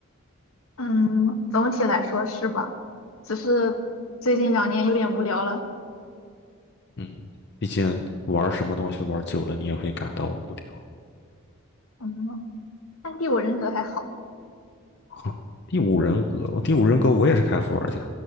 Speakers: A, on the left (about 75°); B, on the left (about 50°).
A: 嗯，总体来说是吧？只是最近两年有点无聊了。
B: 嗯，毕竟玩什么东西玩久了，你也会感到无聊。
A: 嗯，但第五人格还好，
B: <laughs> 第五人格，哦第五人格我也是开服玩家。